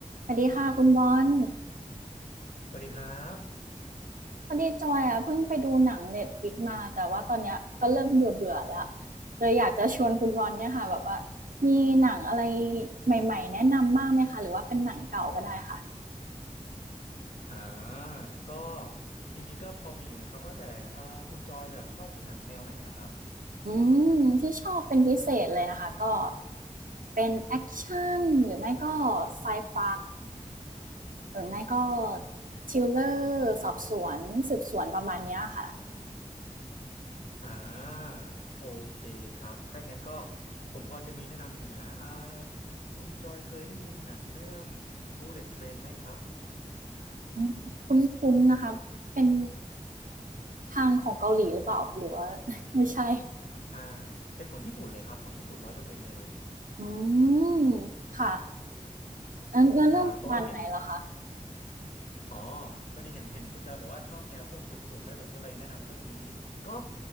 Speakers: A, on the right; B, on the left.
A: สวัสดีค่ะคุณบอล
B: สวัสดีครับ
A: พอดีจอยอ่ะเพิ่งไปดูหนังเน็ตฟลิกมาแต่ว่าตอนเนี้ยก็เริ่มเบื่อเบื่อละเลยอยากจะชวนคุณบอลเนี่ยค่ะแบบว่ามีหนังอะไรใหม่ๆแนะนำบ้างไหมคะหรือว่าเป็นหนังเก่าก็ได้ค่ะ
B: อ่าก็จริงๆ ก็พอมีอยู่นะครับว่าแต่เอ่อคุณจอยแบบชอบดูหนังแนวไหนอะครับ
A: อืมที่ชอบเป็นพิเศษเลยนะคะก็เป็นแอคชั่นหรือไม่ก็ไซไฟหรือไม่ก็ทริลเลอร์สอบสวนสืบสวนประมาณเนี้ยค่ะ
B: อ่าโอเคครับถ้าอย่างนั้นก็ผมพอจะมีแนะนำอยู่นะอ่าคุณจอยเคยได้ยินหนังเรื่อง Bullet Train ไหมครับ
A: อืมคุ้นๆนะคะเป็นทางของเกาหลีหรือเปล่าหรือว่า <laughs> ไม่ใช่
B: อ่าเป็นของญี่ปุ่นเลยครับของญี่ปุ่นร้อยเปอร์เซ็นต์เลย
A: อืม ค่ะเอ่อเนื้อเรื่องประมาณไหนเหรอคะ
B: อ่าเพราะว่าเห็น อ๋อพอดีเห็นเห็นคุณจอยบอกว่าชอบแนวพวกสืบสวนด้วยผมก็เลยแนะนำเรื่องนี้ก็